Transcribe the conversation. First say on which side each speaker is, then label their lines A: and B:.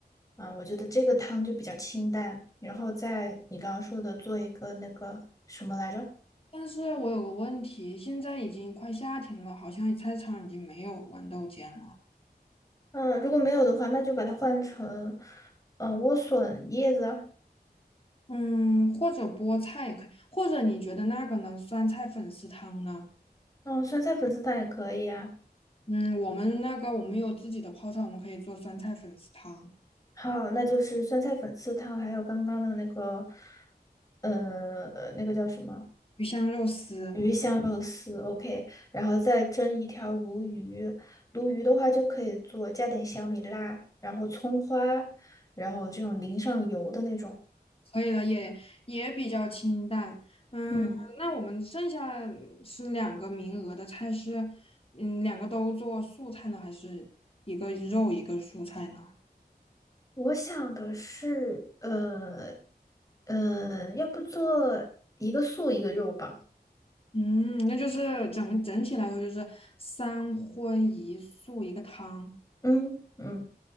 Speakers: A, on the left; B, on the left.
A: 啊，我觉得这个汤就比较清淡，然后在你刚刚说的做一个那个什么来着？
B: 但是我有个问题，现在已经快夏天了，好像菜市场已经没有豌豆尖了。
A: 嗯，如果没有的话，那就把它换成嗯莴笋叶子啊，
B: 嗯，或者菠菜也可以，或者你觉得那个呢？酸菜粉丝汤呢？
A: 嗯，酸菜粉丝汤也可以啊。
B: 嗯，我们那个我们有自己的泡菜，我们可以做酸菜粉丝汤、
A: 好，那就是酸菜粉丝汤，还有刚刚的那个，呃，那个叫什么
B: 鱼香肉丝。
A: 鱼香肉丝，OK，然后再蒸一条鲈鱼，鲈鱼的话就可以做加点小米辣，然后葱花，然后这种淋上油的那种。
B: 可以的，也也比较清淡。嗯，
A: 嗯，
B: 那我们剩下是两个名额的菜是，嗯，两个都做素菜呢，还是一个肉一个蔬菜呢？
A: 我想的是，呃，呃，要不做一个素一个肉吧。
B: 嗯，那就是整整体来说就是三荤一素一个汤。
A: 嗯嗯，